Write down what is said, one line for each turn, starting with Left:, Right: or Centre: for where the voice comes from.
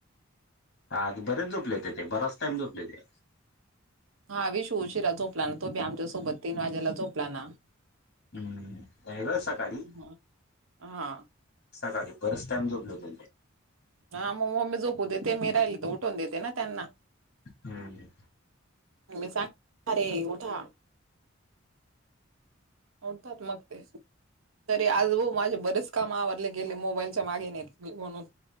Left: हाता बरेच झोपले होते ते बराच टाम जोपले ते
Right: हा वि श उशिरा झोपला ना तो बी आमच्यासोबत तीन वाजेला झोपला ना
Left: हम्म हे ग सकाळी
Right: ह हा
Left: सकाळी बरंच टाइम जोपलो ते
Right: हा मग म्मी झोपू देते मी राहिली तर उठून देते ना त्यांना
Left: हम्म
Right: म सां ख रे गठा हर्थत्मकते तरी आज भा माझे बरेच काम आवरडले गेले मोबाईलच्या मागेने म्हणून